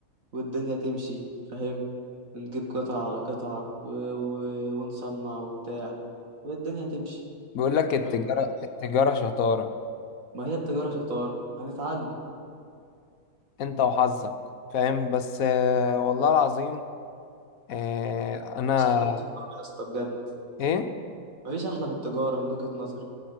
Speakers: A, on the right; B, on the left.
A: والدنيا تمشي فاهم ونجيب قطعة على قطعة و... و... ونصنع وبتاع والدنيا تمشي
B: بيقول لك التجاره
A: ولا رأيك ايه
B: التجاره شطاره
A: ما هي التجارة شطارة هنتعلم
B: انت وحظك فاهم بس آه، والله العظيم آه، انا
A: مفيش احلى من التجارة يا اسطى بجد
B: ايه
A: مفيش أحلى من التجارة من وجهة نظري